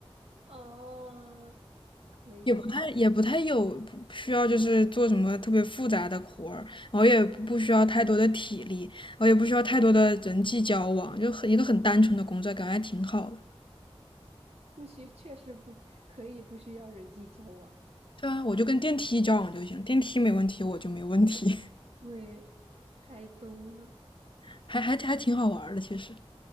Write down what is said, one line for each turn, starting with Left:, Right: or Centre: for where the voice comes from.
Right: 哦，可以啊。
Left: 也不太也不太有不需要，就是做什么特别复杂的活儿，然后也不不需要太多的体力，然后也不需要太多的人际交往，就很一个很单纯的工作，感觉还挺好的。
Right: 不需，确实不可以不需要人际交往，
Left: 对啊，我就跟电梯交往就行，电梯没问题，我就没问题，
Right: 对，太逗了，
Left: <laughs> 还还还挺好玩儿的其实。